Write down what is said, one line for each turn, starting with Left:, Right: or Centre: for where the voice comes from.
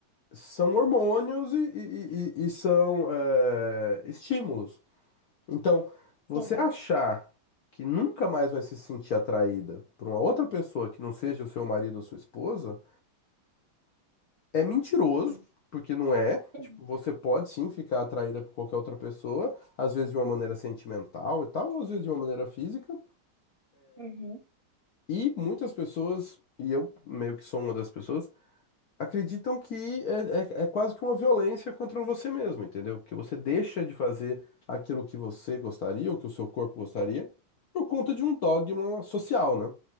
Left: são hormônios e, e- e- e são é, estímulos. Então, você
Right: uhum,
Left: achar que nunca mais vai se sentir atraída por uma outra pessoa que não seja o seu marido ou sua esposa. É mentiroso,
Right: uhum,
Left: porque não é. Tipo,
Right: uhum,
Left: você pode sim ficar atraída por qualquer outra pessoa, às vezes de uma maneira sentimental e tal, ou às vezes de uma maneira física.
Right: uhum.
Left: E muitas pessoas, e eu meio que sou uma das pessoas, acreditam que é, é, é quase que uma violência contra você mesmo, entendeu? Que você deixa de fazer aquilo que você gostaria, ou que o seu corpo gostaria, por conta de um dogma social, né?